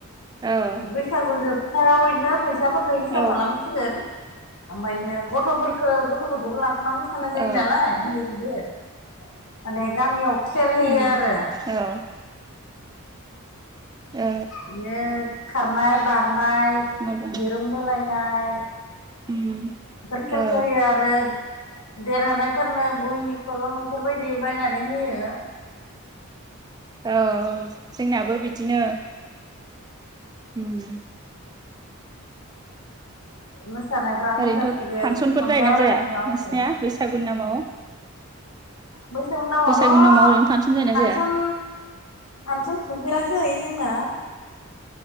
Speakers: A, on the right; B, on the left.
A: औ
B: बैसागु जोबथायाव बिदिनो फैसाफोरखौ हिसाब
A: औ
B: खालामसिगोन ओमफ्राय बिदिनो गथ'फोरखौ गथ'फोरखौबो लाफाना मोसानाय जायो
A: औ
B: नालाय उन्दै गिदिर माने गामियाव खेल होयो
A: उम
B: आरो।
A: औ औ
B: बिदिनो खारनाय बारना,
A: मोजां
B: दुरुं बोलायनाय
A: उम
B: इफोर खेलखौ
A: औ
B: होयो आरो देरहानायफोरनो बहि खलम बेफोरबायदि बायनानै होयो।
A: औ जोंनाबो बिदिनो। उम।
B: मोसानायफ्रा
A: ओरैनोथ'
B: मोसासिगोन,
A: फांसनफोर
B: खन्थाइ
A: जायोना
B: आवरायनाय
A: जाया
B: खालामहोसिगोन।
A: नोंसिनिया बैसागु नामाव?
B: बैसागुनि नामावथ'
A: बैसागु नामाव ओरैनो फांसन जायोना
B: फांसन
A: जाया
B: फांसन खुंफेराखै जोंना।